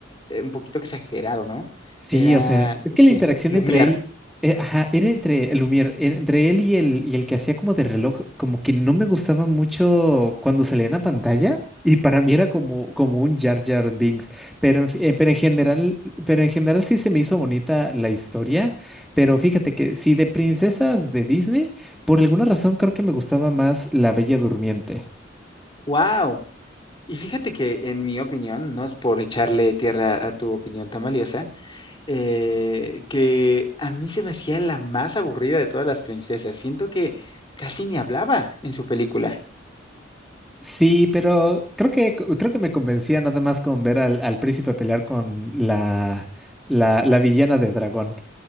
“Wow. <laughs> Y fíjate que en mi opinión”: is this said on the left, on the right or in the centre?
Left